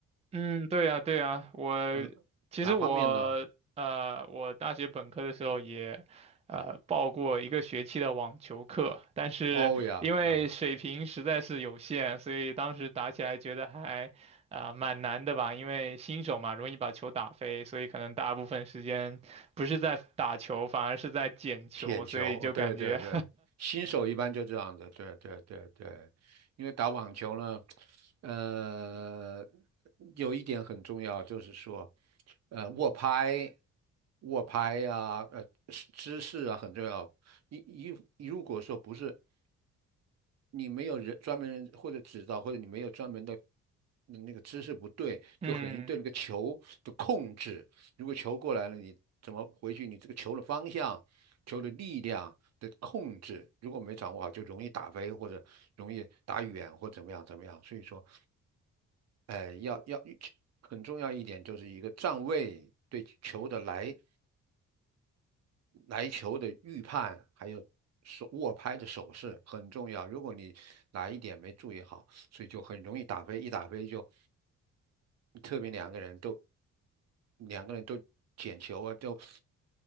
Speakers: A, on the right; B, on the right.
A: 嗯，对呀，对呀，我
B: 嗯，
A: 其实我呃，
B: 哪方面呢？
A: 我大学本科的时候也呃报过一个学期的网球课，但是因为水平实在是有限，
B: 哦呀，那。
A: 所以当时打起来觉得还啊、蛮难的吧，因为新手嘛，容易把球打飞，所以可能大部分时间不是在打球，反而是在捡球，
B: 舔球，
A: 所以就感觉
B: 哦，对对对，新手一般就这样子，对对对对，因为打网球呢，呃，有一点很重要，就是说，呃，握拍、握拍呀，呃，姿姿势啊很重要。你你你如果说不是你没有人专门人或者指导，或者你没有专门的嗯那个姿势不对，
A: <laughs> 嗯，
B: 就很易对那个球的控制。如果球过来了，你怎么回去？你这个球的方向、球的力量的控制，如果没掌握好，就容易打飞或者容易打远或怎么样怎么样。所以说，哎、要要很重要一点就是一个站位对球的来来球的预判，还有手握拍的手势很重要。如果你哪一点没注意好，所以就很容易打飞，一打飞就特别两个人都两个人都捡球啊，就